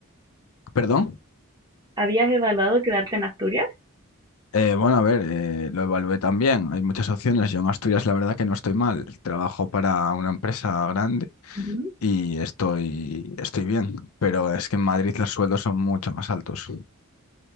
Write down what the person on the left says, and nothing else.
perdón.
Eh, bueno, a ver, eh, lo evalué también. Hay muchas opciones. Yo en Asturias, la verdad que no estoy mal. Trabajo para una empresa grande
y estoy, estoy bien. Pero es que en Madrid los sueldos son mucho más altos.